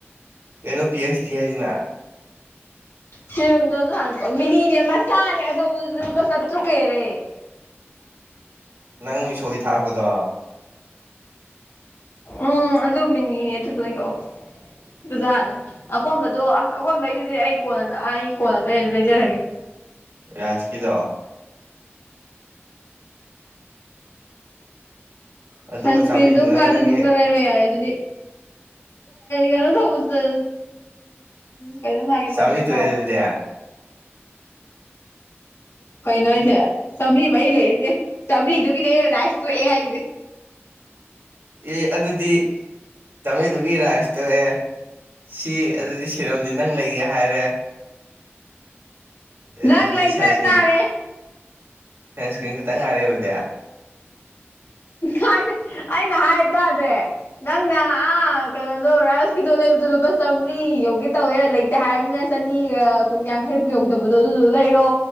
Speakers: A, on the right; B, on the left.
A: ꯀꯩꯅꯣ ꯄꯤ ꯑꯩꯆ ꯗꯤ ꯍꯥꯏꯁꯤꯅꯥ
B: ꯁꯤꯔꯝꯗꯣ ꯑꯗꯨ ꯍꯥꯟꯅ ꯀꯛꯑꯣ ꯃꯤꯅꯤꯅꯦ ꯃꯆꯥꯅꯦ ꯑꯆꯧꯕꯗꯨꯗꯤ ꯂꯨꯄꯥ ꯆꯥꯇ꯭ꯔꯨꯛ ꯍꯦꯜꯂꯦ
A: ꯅꯪ ꯃꯤꯁꯣꯒꯤ ꯊꯥꯔꯛꯄꯗꯣ
B: ꯎꯝ ꯑꯗꯨ ꯃꯤꯅꯤꯅꯦ ꯑꯗꯨꯗꯣ ꯑꯣꯏꯅ ꯀꯛꯑꯣ ꯑꯗꯨꯁꯨ ꯍꯥꯟꯅ ꯑꯀꯣꯟꯕꯗꯣ ꯑꯀꯣꯟꯕꯩꯗꯨꯗꯤ ꯑꯩ ꯀꯣꯟꯅ ꯑꯩ ꯀꯣꯟꯅ ꯂꯩꯔꯁꯨ ꯂꯩꯖꯔꯒꯦ
A: ꯌꯥꯥꯁꯀꯤꯗꯣ ꯑꯗꯨꯒ
B: ꯁꯟꯁꯀ꯭ꯔꯤꯟꯗꯨꯝꯒ
A: ꯆꯥꯝꯃꯔꯤꯗꯨꯅ
B: ꯑꯗꯨꯗꯨꯝꯒ
A: ꯅꯪꯒꯤ
B: ꯂꯩꯔꯣ ꯌꯥꯔꯦ ꯑꯗꯨꯗꯤ ꯀꯩꯅꯣ ꯇꯧꯕꯁꯨ ꯀꯩꯅꯣꯝ ꯍꯥꯏꯒꯦ ꯇꯧꯔꯝꯕꯅꯦ
A: ꯆꯥꯝꯃꯔꯤ ꯇꯣꯛꯑꯦ
B: ꯀꯥꯎꯈ꯭ꯔꯦ
A: ꯑꯗꯨꯗꯤ
B: ꯀꯩꯅꯣ ꯍꯥꯏꯁꯦ ꯆꯥꯝꯔꯤ ꯃꯔꯤ ꯂꯩꯅꯗꯦ ꯆꯥꯝꯔꯤꯗꯨꯒꯤꯅꯦ ꯔꯥꯏꯁ ꯇꯣꯛꯑꯦ ꯍꯥꯏꯁꯦ
A: ꯑꯦ ꯑꯗꯨꯗꯤ ꯆꯥꯝꯔꯤꯗꯨꯒꯤ ꯔꯥꯏꯁ ꯇꯣꯛꯑꯦ ꯁꯤ ꯑꯗꯨꯗꯤ ꯁꯤꯔꯝꯁꯤ ꯅꯪ ꯂꯩꯒꯦ ꯍꯥꯏꯔꯦ ꯑꯗꯨꯗꯤ
B: ꯅꯪ ꯂꯩꯖꯥ
A: ꯁꯟꯁꯀ꯭ꯔꯤꯟ
B: ꯇꯥꯔꯦ
A: ꯁꯟꯁꯀ꯭ꯔꯤꯟ ꯈꯤꯠꯇꯪ ꯉꯥꯏꯔꯦ ꯑꯗꯨꯗꯤ
B: ꯍꯥꯏꯗꯤ ꯑꯩꯅ ꯍꯥꯏ ꯇꯥꯗ꯭ꯔꯦ ꯅꯪꯅ ꯑꯥ ꯀꯩꯅꯣꯗꯣ ꯔꯥꯏꯁꯀꯤꯗꯣ ꯂꯩꯕꯗꯣ ꯂꯨꯄꯥ ꯆꯥꯝꯔꯤ ꯌꯧꯒꯦ ꯇꯧꯋꯦ ꯍꯥꯏꯔꯕꯃꯤꯅꯤꯅ ꯆꯅꯤꯒ ꯀꯨꯟ ꯌꯥꯡꯈꯩꯕꯨ ꯌꯧꯗꯕꯗꯣ ꯑꯗꯨꯗꯣ ꯂꯩꯔꯣ